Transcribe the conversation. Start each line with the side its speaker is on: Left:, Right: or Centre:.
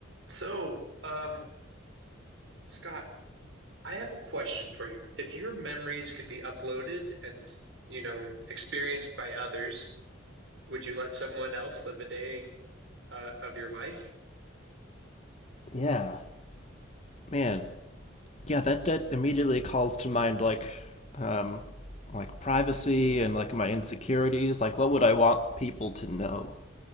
Right: So, um, Scott, I have a question for you. If your memories could be uploaded and, you know, experienced by others, would you let someone else live a day uh, of your life?
Left: Yeah, man. Yeah, that that immediately calls to mind like, um, like privacy and like my insecurities. Like, what would I want people to know?